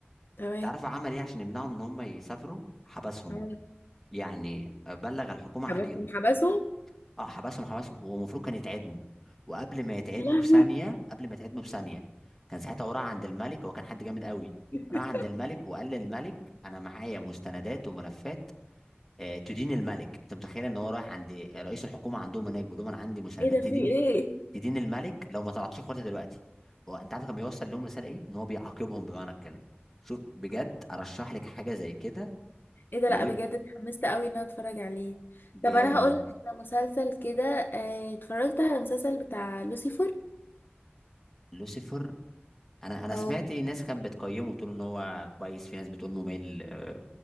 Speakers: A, on the left; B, in the centre.
A: تمام
B: أنت عارف عمل إيه عشان يمنعهم إن هم يسافروا حبسهم
A: مالك؟
B: يعني بلغ الحكومة عليهم
A: حبسهم حبسهم
B: أه حبسهم حبسهم هو المفروض كان يتعدموا وقبل ما يتعدموا
A: يا لهوي
B: بثانية قبل ما يتعدموا بثانية كان ساعتها هو راح عند الملك هو كان حد جامد قوي
A: <laughs>
B: راح عند الملك وقال للملك أنا معايا مستندات وملفات آه، تدين الملك انت متخيل ان هو رايح عند رئيس الحكومه عندهم هناك بيقول لهم انا عندي مساندات
A: ايه ده
B: تدين
A: في ايه
B: تدين الملك لو ما طلعتش اخواتي دلوقتي هو انت عارف كان بيوصل لهم رساله ايه ان هو بيعاقبهم بمعنى الكلمه شوف بجد ارشح لك حاجه زي كده
A: ايه ده
B: الويك
A: لا بجد اتحمست قوي ان انا اتفرج عليه
B: جامد
A: طب انا هقول لك على مسلسل كده آه، اتفرجت على مسلسل بتاع لوسيفر
B: لوسيفر انا انا
A: او
B: سمعت ناس كانت بتقيمه بتقول ان هو كويس في ناس بتقول ممل آه،